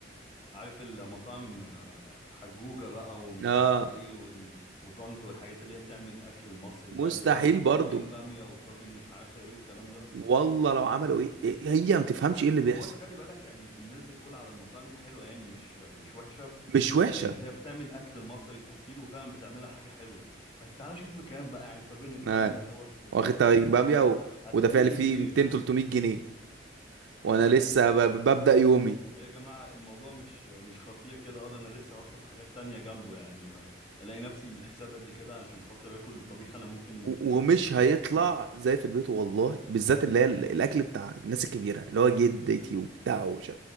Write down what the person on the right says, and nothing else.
اه
مستحيل
برضه
والله لو عملوا ايه إيه- هي ما تفهمش ايه اللي بيحصل
مش وحشة
آه.
واخد
طبعين بامية
و...
وده فعلا فيه 200 300
جنيه وانا
لسه
ب... ب- ببدأ يومي
و-
ومش
هيطلع
زي في البيت والله بالذات اللي هي ال- الاكل بتاع الناس الكبيره اللي هو جدتي وبتاع وش